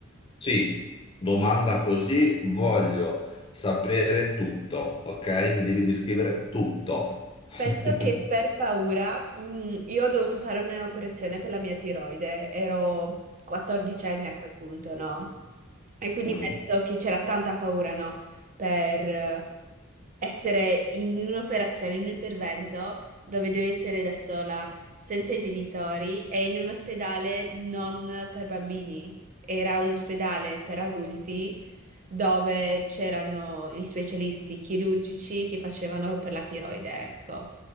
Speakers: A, on the left; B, on the right.
A: Sì, domanda così, voglio sapere tutto, ok? Mi devi descrivere tutto. <laughs>
B: Penso che per paura, mm, io ho dovuto fare un'operazione per la mia tiroide, ero 14enne a quel punto, no? E quindi
A: Mhm.
B: penso che c'era tanta paura, no? Per eh, essere in un'operazione, in un intervento dove devi essere da sola, senza i genitori e in un ospedale non per bambini. Era un ospedale per adulti dove c'erano gli specialisti chirurgici che facevano per la tiroide, ecco.